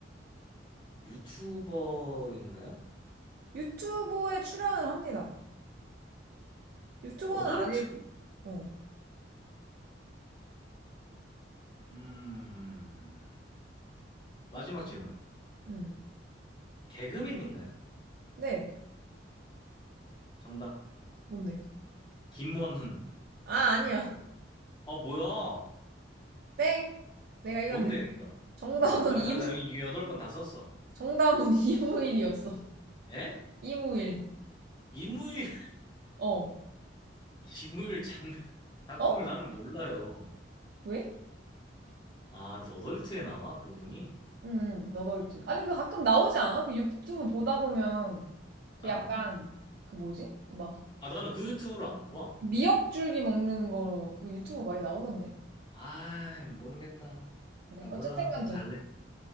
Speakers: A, on the left; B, on the right.
A: 유튜버인가요?
B: 유튜브에 출연을 합니다. 유튜버는
A: 너덜트?
B: 아닐. 어.
A: 음, 마지막 질문.
B: 응.
A: 개그맨인가요?
B: 네.
A: 정답.
B: 뭔데?
A: 김원훈.
B: 아, 아니야.
A: 아, 뭐야?
B: 땡. 내가 이겼네.
A: 뭔데, 그니까.
B: 정답은
A: 정답이. 아,
B: 이무
A: 나, 나이 여덟 번 다 썼어.
B: 정답은 <laughs> 이무일이었어.
A: 에?
B: 이무일.
A: 이무일,
B: 어.
A: <laughs> 이무일 장, 작품을
B: 어?
A: 나는 몰라요.
B: 왜?
A: 아, 너덜트에 나와? 그분이?
B: 응, 응. 너덜트. 아니 그 가끔 나오지 않아? 그 유튜브 보다 보면 그
A: 어.
B: 약간 그 뭐지? 그막
A: 아, 나는 그 유튜브를 안 봐.
B: 미역줄기 먹는 거, 그 유튜브 많이 나오던데?
A: 아, 모르겠다.
B: 그래.
A: 나 몰라.
B: 어쨌든 간
A: 나 잘래.
B: 그래.